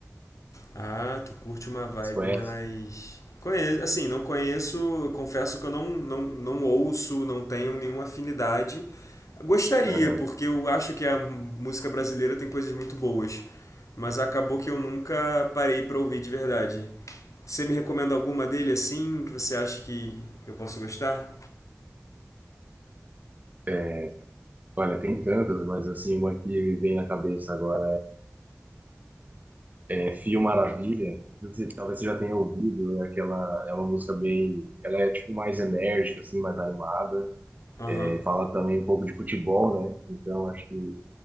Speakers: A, on the left; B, on the right.
A: Ah, tu curte uma vibe
B: Você conhece?
A: mais. Conheço, assim, não conheço, confesso que eu não, não, não ouço, não tenho nenhuma afinidade. Gostaria,
B: Aham.
A: porque eu acho que a música brasileira tem coisas muito boas, mas acabou que eu nunca parei pra ouvir de verdade. Você me recomenda alguma dele assim, que você acha que eu posso gostar?
B: É, Olha, tem tantas, mas assim, uma que me vem à cabeça agora é Fio Maravilha. Você- talvez você já tenha ouvido, é aquela, é uma música bem, ela é tipo mais enérgica, assim, mais animada.
A: Aham,
B: fala também um pouco de futebol, né? Então acho que